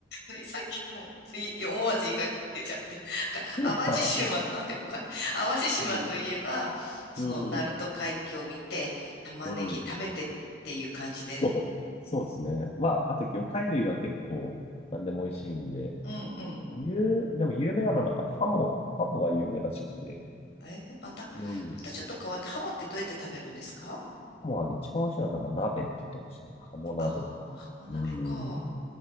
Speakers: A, on the left (about 70°); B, on the left (about 35°).
A: ねさっきもい思わず言いかけちゃって。なんか淡路島、
B: <laughs>
A: なんでかわかんない。淡路島といえば、
B: う
A: その、
B: ん、
A: 鳴門海峡を見て、
B: うん、
A: 玉ねぎ食べてっていう感じで。
B: うん。<laughs> そう、そうですね。まあ、あと魚介類は結構何でも美味しいんで、
A: うんうん。
B: 有、でも有名なのはなんかハモ、ハモが有名らしくて、
A: えーまた、
B: うん。
A: またちょっと変わって、ハモってどうやって食べるんですか
B: ハモは一番美味しいのはなんか鍋って言ってましたね。ハモ鍋。
A: ああー、ハモ鍋か。
B: うん。